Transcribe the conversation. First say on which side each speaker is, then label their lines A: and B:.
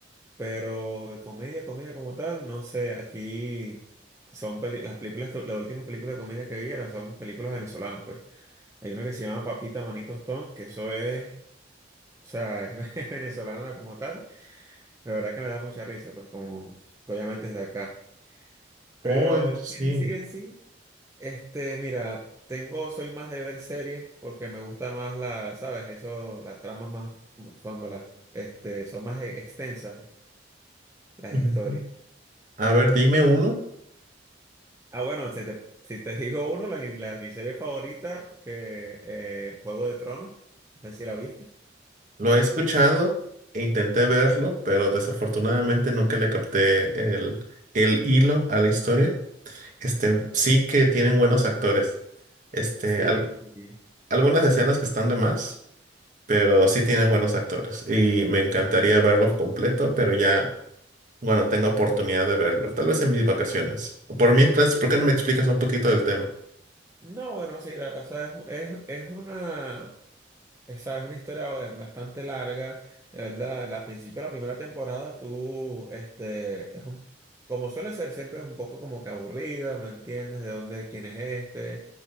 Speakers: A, on the right; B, on the right.
A: pero de comedia, comedia como tal, no sé. Aquí son peli- las películas, que- las últimas películas de comedia que vi eran son películas venezolanas, pues. Hay una que se llama Papita Manito Stone, que eso es, o sea, <laughs> es venezolana como tal. La verdad que me da mucha risa, pues, como obviamente es de acá. Pero
B: Oh,
A: en
B: sí.
A: sí, en sí, en sí. Este, mira, tengo, soy más de ver series porque me gusta más la, ¿sabes? Eso, las tramas más, cuando las, este, son más e- extensas las
B: Ujú.
A: historias.
B: A ver, dime uno.
A: Ah, bueno, si te, si te <laughs> digo uno, la, la- mi serie favorita, que eh, Juego de Tronos, no sé si la viste.
B: Lo he escuchado e intenté verlo, pero desafortunadamente nunca le capté el, el hilo a la historia. Este, sí que tienen buenos actores. Este,
A: Sí,
B: al-
A: sí.
B: algunas escenas que están de más, pero sí tienen buenos actores. Y me encantaría verlo completo, pero ya, bueno, tengo oportunidad de verlo. Tal vez en mis vacaciones. Por mientras,
A: Sí.
B: ¿por qué no me explicas un poquito del tema?
A: No, bueno, sí, la- o sea, es, es, es una. Esa es una historia eh, bastante larga, de verdad. Al principio de la primera temporada, tú, este, es un, como suele ser, siempre es un poco como que aburrida, no entiendes de dónde, quién es este,